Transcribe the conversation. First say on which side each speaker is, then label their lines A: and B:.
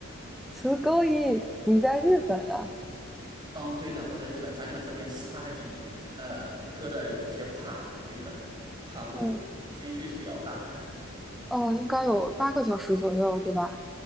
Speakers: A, in the centre; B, on the right.
A: 十勾一，你在日本啊？
B: 嗯，对的，我在日本，咱俩这边时差还挺，呃，隔的有一些跨距的，跨度间距是比较大的。
A: 嗯，哦，应该有八个小时左右，对吧？